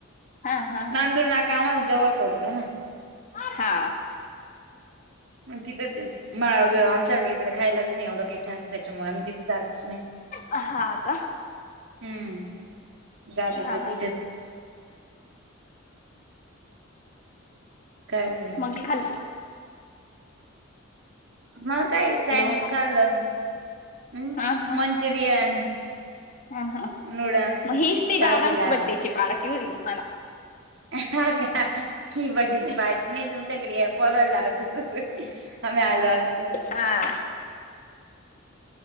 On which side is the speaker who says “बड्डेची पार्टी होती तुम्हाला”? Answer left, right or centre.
Left